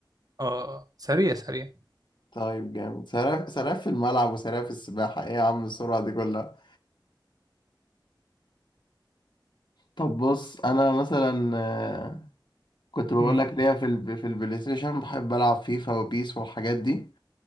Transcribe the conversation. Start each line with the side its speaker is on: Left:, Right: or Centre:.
Right: اه سريع سريع
Left: طيب جامد سراف سراف في الملعب وسراف في السباحة ايه يا عم السرعة دي كلها طب بص انا مثلا آه، كنت بقول
Right: امم
Left: لك ليا في ال... في البلاي ستيشن بحب العب فيفا وبيس والحاجات دي